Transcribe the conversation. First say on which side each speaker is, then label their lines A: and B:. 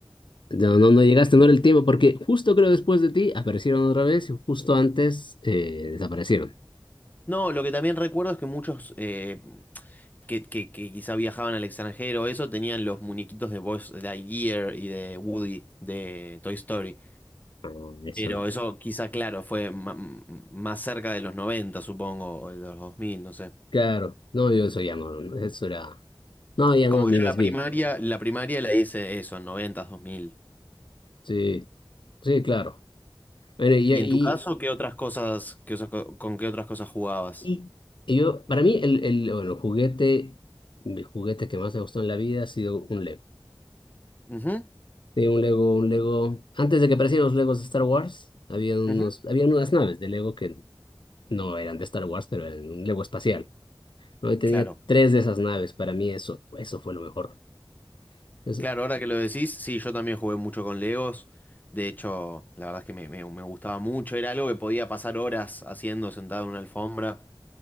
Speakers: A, on the left (about 70°); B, on the left (about 20°).
A: No, no, no llegaste, no era el tiempo, porque justo creo después de ti aparecieron otra vez y justo antes eh, desaparecieron.
B: No, lo que también recuerdo es que muchos eh, que, que, que quizá viajaban al extranjero, eso, tenían los muñequitos de Buzz Lightyear y de Woody, de Toy Story.
A: Ah, Eso
B: Pero
A: no.
B: eso quizá, claro, fue ma- m- más cerca de los 90, supongo, o de los 2000, no sé.
A: Claro, no, yo eso ya no, no, eso era. No, ya
B: Como
A: no, ni
B: que yo
A: los
B: la
A: vi.
B: primaria, la primaria la hice eso, en noventa, dos mil.
A: Sí, sí, claro. Bueno, y,
B: ¿Y
A: y,
B: en tu caso, qué otras cosas, qué, osa- con qué otras cosas jugabas?
A: y- y yo, para mí, el, el, bueno, el juguete, mi juguete que más me gustó en la vida ha sido un Lego.
B: Ujú,
A: Sí, un Lego, un Lego. Antes de que aparecieran los Legos de Star Wars, había unos,
B: ujú,
A: había unas naves de Lego que no eran de Star Wars, pero eran un Lego espacial. ¿no? Y tenía
B: Claro.
A: tres de esas naves. Para mí, eso, eso fue lo mejor. Eso,
B: Claro, ahora que lo decís, sí, yo también jugué mucho con Legos. De hecho, la verdad es que me, me- me gustaba mucho. Era algo que podía pasar horas haciendo sentado en una alfombra,